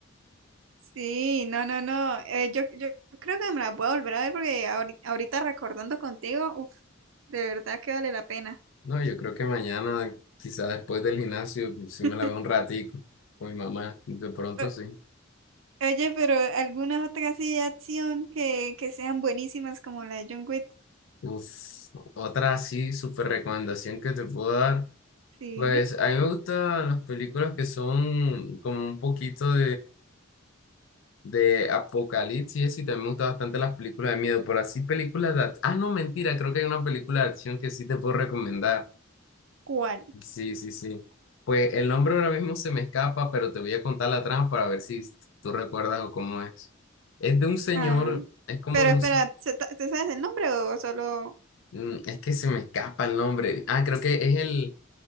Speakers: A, on the right; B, on the left.
A: Sí, no, no, no. eh, yo, yo creo que me las voy a volver a ver porque ahori- ahorita recordando contigo, uf, de verdad que vale la pena.
B: No, yo creo que mañana, quizá después del gimnasio, si
A: <laughs>
B: me la veo un ratico con mi mamá, de pronto
A: O-
B: sí.
A: Oye, pero algunas otras así de acción que, que sean buenísimas como la de John Wick,
B: Uf, otra así, súper recomendación que te puedo dar.
A: sí,
B: Pues
A: dime.
B: a mí me gustan las películas que son como un poquito de Apocalipsis y también me gustan bastante las películas de miedo, pero así películas de... ac- Ah, no, mentira, creo que hay una película de acción que sí te puedo recomendar.
A: ¿Cuál?
B: Sí, sí, sí. Pues el nombre ahora mismo se me escapa, pero te voy a contar la trama para ver si tú recuerdas o cómo es. Es de un señor,
A: Ah.
B: es como
A: Pero
B: de un...
A: espera,
B: s-
A: ¿se ta- ¿te sabes el nombre o solo...?
B: mm, Es que se me escapa el nombre. Ah, creo que es el...